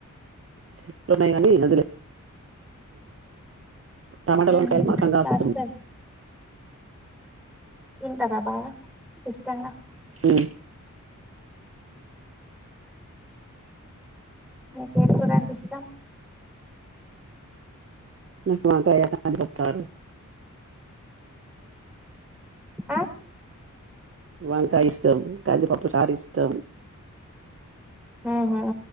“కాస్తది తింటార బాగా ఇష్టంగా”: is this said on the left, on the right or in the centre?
Centre